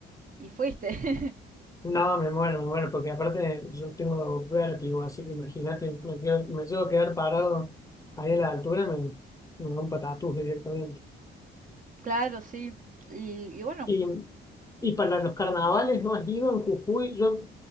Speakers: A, on the right; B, on the left.
A: y fuiste.
B: No, me muero, me muero, porque aparte yo tengo vértigo, así que imagínate, me, quedo- me llego a quedar parado ahí a la altura, me, me da un patatús directamente.
A: <laughs> claro, sí. Y, y bueno,
B: Y, y para los carnavales no has ido en Jujuy. Yo